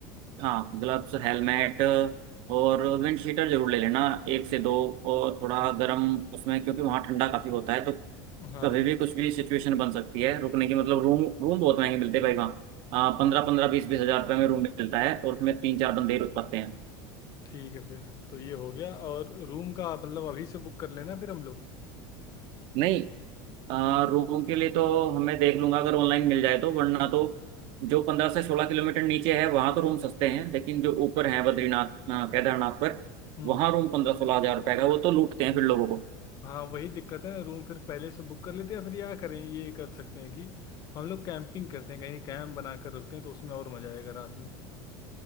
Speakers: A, on the right; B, on the left.
A: हाँ ग्लव्स हेलमेट और विंड शीटर जरूर ले लेना एक से दो और थोड़ा गर्म उसमें क्योंकि वहाँ ठंडा काफ़ी होता है तो
B: हाँ
A: कभी भी कुछ भी सिचुएशन बन सकती है रुकने की मतलब रूम रूम बहुत महंगे मिलते हैं भाई वहाँ हाँ, पंद्रह पंद्रह बीस बीस हजार रुपये में रूम मिलता है और उसमें तीन चार बंदे ही रुक पाते हैं
B: ठीक है फिर तो ये हो गया और रूम का मतलब अभी से बुक कर लेना फिर हम लोग
A: नहीं आ, रूम के लिए तो हमें देख लूंगा अगर ऑनलाइन मिल जाए तो वरना तो जो पंद्रह से सोलह किलोमीटर नीचे है वहां तो रूम सस्ते हैं लेकिन जो ऊपर है बद्रीनाथ अ, केदारनाथ पर
B: हम्म
A: वहां रूम पंद्रह सोलह हजार रुपए का वो तो लूटते हैं फिर लोगों को
B: हाँ वही दिक्कत है ना, रूम फिर पहले से बुक कर लेते हैं फिर या करें ये कर सकते हैं कि हम लोग कैंपिंग करते हैं कहीं कैंप बनाकर रुकते हैं तो उसमें और मज़ा आएगा रात में